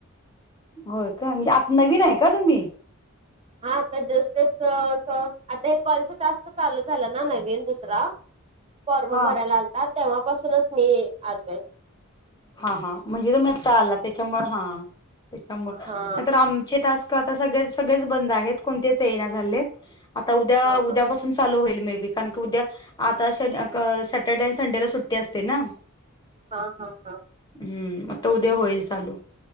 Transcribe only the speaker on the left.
होय काय म्हणजे आत नवीन हाय का तुम्ही
हा
हा हा म्हणजे तुम्ही आता आला त्याच्यामुळ हा त्याच्यामूळ नाही
तर आमचे टास्क तर आता सगळेच सगळेच बंद आहेत कोणतेच येईना झालेत आता उद्या
उद्या पासून चालू होईल मे बी कारण की उद्या आता सॅटर्डे आणि संडेला सुट्टी असते ना
हम्म आता उद्या होईल चालू.